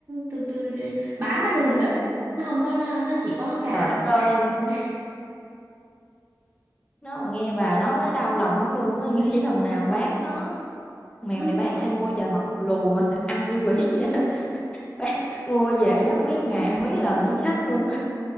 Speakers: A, on the right; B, on the left.
A: tôi tôi bán nó luôn rồi đó nó không có nó chỉ có cào
B: Trời đất
A: cào
B: ơi,
A: thôi
B: nó mà nghe bà nói nó đau lòng lắm luôn á, <laughs> nghĩ lòng nào bán nó, mèo
A: <laughs>
B: này bán ai mua trời, mập lù lù mà <laughs> ăn như quỷ vậy á, <laughs> bán mua về chắc hông biết ngày ăn mấy lần nữa chết luôn á.